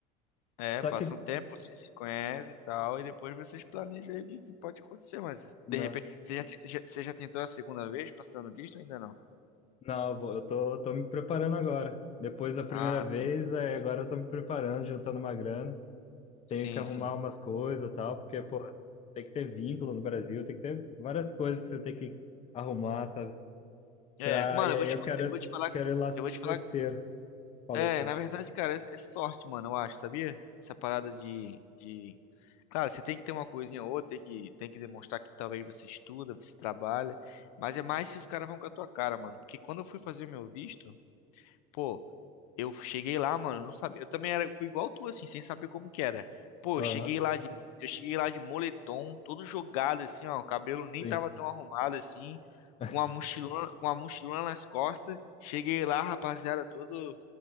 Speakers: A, on the left (about 80°); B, on the left (about 35°).
A: é,
B: Só
A: passa
B: que,
A: um tempo, você se conhece e tal, e depois vocês planejam aí o que, que pode acontecer, mas
B: não,
A: de repente, você já, te- já- você já tentou a segunda vez passando visto ou ainda não?
B: não, eu vou- eu tô, tô me preparando agora. Depois da primeira
A: Ah,
B: vez,
A: tá.
B: aí agora eu tô me preparando, juntando uma grana.
A: Sim,
B: Tenho que arrumar
A: sim.
B: umas coisas e tal, porque, pô, tem que ter vínculo no Brasil, tem que ter várias coisas que você tem que arrumar, sabe?
A: É,
B: Pra,
A: mano,
B: e aí
A: eu vou te,
B: eu
A: fa-
B: quero,
A: eu vou te falar,
B: quero ir lá
A: eu vou te falar
B: certeiro. Falei,
A: É,
B: falei.
A: na verdade, cara, é, é sorte, mano, eu acho, sabia? Essa parada de, de... Claro, você tem que ter uma coisinha ou outra, tem que, tem que demonstrar que talvez você estuda, você trabalha, mas é mais se os caras vão com a tua cara, mano. Porque quando eu fui fazer o meu visto, Pô, eu cheguei lá, mano, eu não sabia. Eu também era, fui igual tu, assim, sem saber como que era. Pô,
B: Aham,
A: eu cheguei lá de, eu cheguei lá de moletom, todo jogado, assim, ó. O cabelo nem
B: sim.
A: tava tão arrumado, assim,
B: <laughs>
A: com a mochilona, com a mochilona nas costas. Cheguei lá, rapaziada, todo,